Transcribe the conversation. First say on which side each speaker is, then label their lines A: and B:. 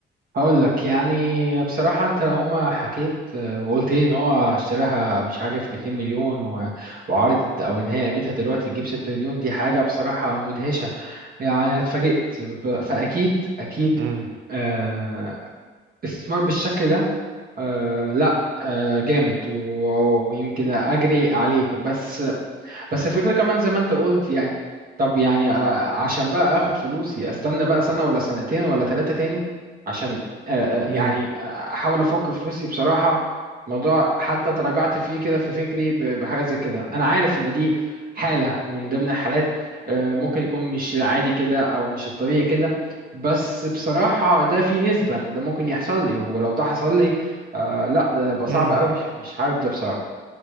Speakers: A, on the right; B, on the right.
A: هقول لك يعني بصراحة أنت لو ما حكيت آه، وقلت لي إن هو اشتراها مش عارف ب 2 مليون و- وعرضت أو إن هي قيمتها دلوقتي تجيب 6 مليون دي حاجة بصراحة مدهشة يعني أنا اتفاجئت ب- فأكيد أكيد
B: امم
A: آه، استثمار بالشكل ده آه، لا آه، جامد و- ويمكن أجري عليك بس بس الفكرة كمان زي ما انت قلت يعني طب يعني آه، عشان بقى اخد فلوسي استنى بقى سنة ولا سنتين ولا ثلاثة تاني عشان آه، آه، يعني
B: امم
A: آه، احاول افك فلوسي بصراحة موضوع حتى تراجعت فيه كده في فكري ب- بحاجة زي كده انا عارف ان دي حالة من ضمن الحالات آه، ممكن يكون مش العادي كده او مش الطبيعي كده بس بصراحة ده في نسبة ان ده ممكن يحصل لي ولو ده حصل لي آه، لا ده يبقى صعب
B: امم
A: قوي مش حابب ده بصراحة